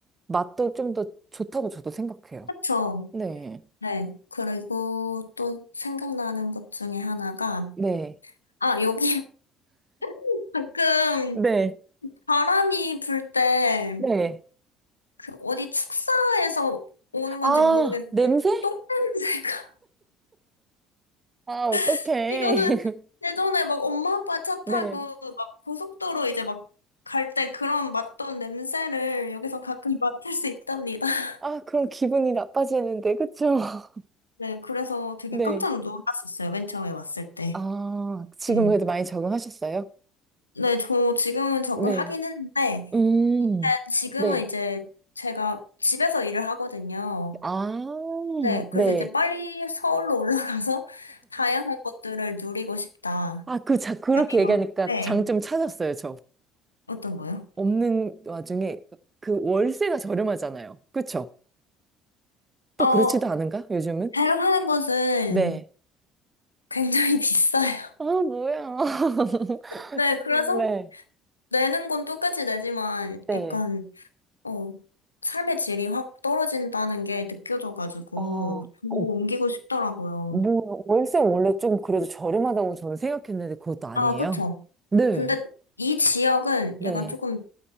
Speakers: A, on the right (about 25°); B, on the left (about 85°).
A: 맛도 좀 더 좋다고 저도 생각해요.
B: 그죠
A: 네.
B: 네. 그리고 또 생각나는 것 중에 하나가
A: 네.
B: 아, 여기 <laughs> 가끔
A: 네.
B: 바람이 불 때
A: 네.
B: 그 어디 축사에서 오는
A: 아,
B: 건지 모르겠는데
A: 냄새?
B: 똥냄새가
A: 아, 어떡해.
B: <laughs> 이거는
A: <laughs>
B: 예전에 막 엄마 아빠 차
A: 네.
B: 타고 막 고속도로 이제 막 갈 때 그런 맡던 냄새를 여기서 가끔 맡을 수 있답니다. <laughs>
A: 아, 그럼 기분이 나빠지는데, 그쵸? <laughs>
B: 네, 그래서 되게
A: 네.
B: 깜짝 놀랐었어요. 맨 처음에 왔을 때.
A: 아, 지금
B: 네.
A: 그래도 많이 적응하셨어요?
B: 네, 저 지금은 적응하긴
A: 네.
B: 했는데
A: 음,
B: 네, 지금은
A: 네.
B: 이제 제가 집에서 일을 하거든요.
A: 아,
B: 네, 그래서
A: 네.
B: 이제 빨리 서울로 올라가서 <laughs> 다양한 것들을 누리고 싶다.
A: 아, 그, 자, 그렇게
B: 아니면,
A: 얘기하니까
B: 네.
A: 장점 찾았어요, 저.
B: 어떤 거요?
A: 없는 와중에 그 월세가 저렴하잖아요. 그쵸? 또
B: 어,
A: 그렇지도 않은가? 요즘은?
B: 제가 사는 곳은
A: 네.
B: 굉장히 <laughs> 비싸요.
A: 아, 뭐야. <laughs>
B: 네, 그래서
A: 네.
B: 내는 건 똑같이 내지만
A: 네.
B: 약간, 어, 삶의 질이 확 떨어진다는 게 느껴져가지고
A: 아,
B: 더 옮기고
A: 어,
B: 싶더라고요.
A: 뭐, 월세 원래 좀 그래도 저렴하다고 저는 생각했는데 그것도 아니에요?
B: 아, 그쵸.
A: 네.
B: 근데 이 지역은
A: 네.
B: 약간 조금